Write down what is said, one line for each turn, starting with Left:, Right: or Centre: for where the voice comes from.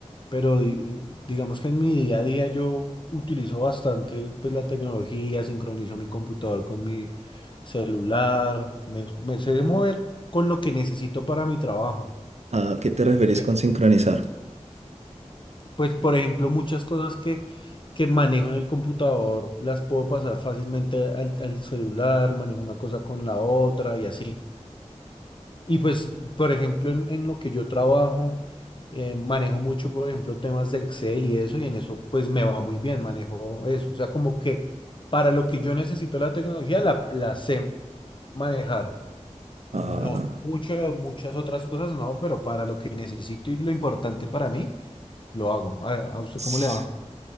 Left: pero di- digamos que en mi día a día yo utilizo bastante pues, la tecnología, sincronizo mi computador con mi celular, me, me sé mover con lo que necesito para mi trabajo.
Right: ¿A qué te referís
Left: Que,
Right: con sincronizar?
Left: Pues, por ejemplo, muchas cosas que, que manejo en el computador las puedo pasar fácilmente al, al celular, manejo una cosa con la otra y así. Y pues, por ejemplo, en, en lo que yo trabajo, eh, manejo mucho, por ejemplo, temas de Excel y eso, y en eso pues me va muy bien, manejo eso. O sea, como que para lo que yo necesito la tecnología, la, la sé manejar. No
Right: Ah,
Left: sé mucho de muchas otras cosas, no, pero para lo que necesito y lo importante para mí, lo hago. ¿A, a usted
Right: ts-
Left: cómo le va?